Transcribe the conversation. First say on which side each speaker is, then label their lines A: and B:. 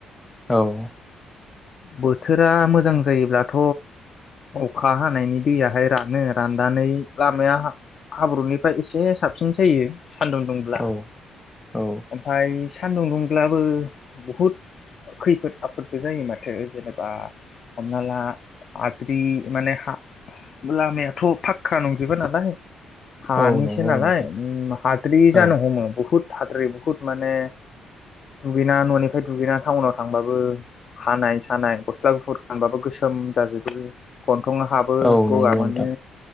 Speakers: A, on the left (about 15°); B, on the left (about 55°).
A: औ
B: बोथोरा मोजां जायोब्लाथ' अखा हानायनि दैयाहाय रानो राननानै लामाया हा-हाब्रुनिफ्राय एसे साबसिन जायो। सान्दुं दुंब्ला
A: औ औ
B: ओमफ्राय सानदुं दुंब्लाबो बुहुद खैफोद आफोदबो जायो मा थो जेनेबा हमना ला हाद्रि माने हा लामायाथ' फाक्का नंजोबा नालाय। हानिसो
A: औ नंगौ
B: नालाय
A: नोंथां
B: उम हाद्रि जानो
A: औ
B: हमो बुहुद हाद्रि बुहुद माने दुगैना न'निफ्राय दुगैना टाउनाव थांबाबो खानाय सानाय गस्ला गुफुर गानबाबो गोसोम जाजोबो गन थं हाबो
A: औ
B: गगा
A: नंगौ
B: मोनो
A: नोंथां